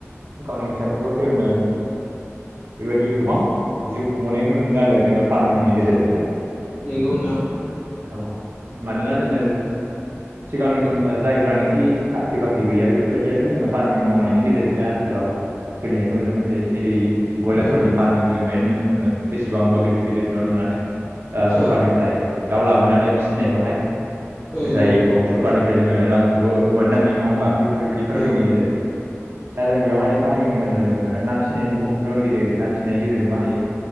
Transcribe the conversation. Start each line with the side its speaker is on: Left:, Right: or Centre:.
Right: गावनि फिसाफोरखौ फोरोंदों बेबायदि गोबां जिउ खुंनायखौ नुनो मोनदों आरो जोङो फार्मिंनि गेजेरजोंनो
Left: नंगौ नोंथां
Right: औ मानोना जोङो सिगांनि सम जायफ्रानोखि साख्रि बाख्रि गैया बेफोरबायदियाथ' जोङो फार्मिं मावनायनि गेजेरजोंनो आथिखालाव सोलिनायखौ नुनो मोनसै इदि ब्रयलारफोरनि
Left: औ
Right: फार्मिंखौ जों दायो नुनो मोनदों बेसेबांबा गिदिर गिदिर न' लुनानै ओ
Left: औ
Right: सरखारनिफ्राय दाउ लाबोनानै फिसिनायखौहाय
Left: औ
Right: जायखौ
Left: उम
Right: सरखारनि ओमफ्राय जोङो रांखौबो मोननो हायो नङा होमा बेफोरबायदि फार्मिंनि
Left: नंगौ
Right: गेजेरजों। दा जों बेयावहाय फार्मिं होनोब्ला जोङो आरो ना फिसिनायनि फुख्रिफोरावनि गेदेर गेदेर ना फिसिनायनि गेजेरजोंबो हायो।